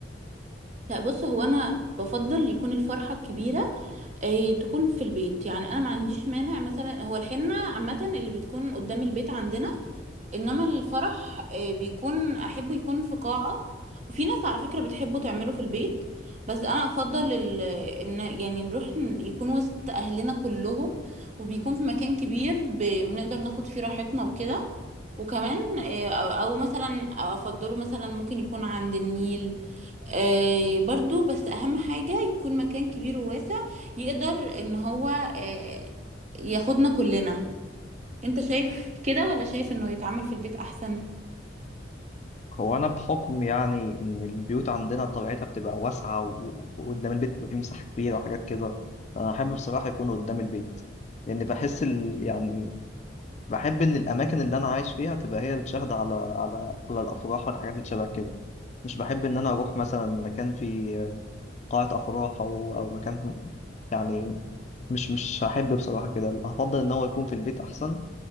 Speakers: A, on the right; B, on the left.
A: لا بص هو أنا بفضل يكون الفرحة الكبيرة اه تكون في البيت يعني أنا ما عنديش مانع مثلا هو الحنة عامة اللي بتكون قدام البيت عندنا انما الفرح آه، بيكون احبه يكون في قاعة وفي ناس على فكرة بتحبه تعمله في البيت بس انا افضل ال... ان يعني نروح ن- يكون وسط اهلنا كلهم وبيكون في مكان كبير ب... بنقدر ناخد فيه راحتنا وكده وكمان آه، او أو مثلا أو افضله مثلا ممكن يكون عند النيل آه، برضو بس اهم حاجة يكون مكان كبير وواسع يقدر ان هو آه، ياخدنا كلنا انت شايف كده ولا شايف انه يتعمل في البيت احسن
B: هو أنا بحكم يعني إن البيوت عندنا طبيعتها بتبقى واسعة و- وقدام البيت بيبقى فيه مساحة كبيرة وحاجات كده فأنا أحب بصراحة يكون قدام البيت لأن بحس ال... يعني بحب إن الأماكن اللي أنا عايش فيها تبقى هي الشاهدة على على على الأفراح والحاجات اللي شبه كده مش بحب إن أنا أروح مثلا مكان فيه قاعة أفراح أو أو مكان يعني مش مش هحب بصراحة كده هفضل إن هو يكون في البيت أحسن